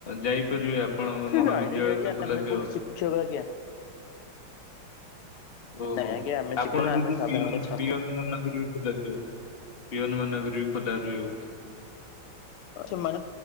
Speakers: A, on the left (about 35°); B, on the left (about 85°).
A: ଯାଇପାରିବେ ଆପଣଙ୍କ ମହାବିଦ୍ୟାଳୟ
B: ନାଇଁ ନାଇଁ ଆଜ୍ଞା
A: ତ ଖୋଲାଥିବ?
B: <unintelligible>
A: <unintelligible>
B: ନାଇଁ ଆଜ୍ଞା ଆମେ ଶିକ୍ଷକ ନା ଆମେ ସାଧାରଣତଃ ଛାତ୍ର।
A: ପିଅନ ମାନଙ୍କର ବି ଖୋଲା ରହିବ।
B: ସେମାନେ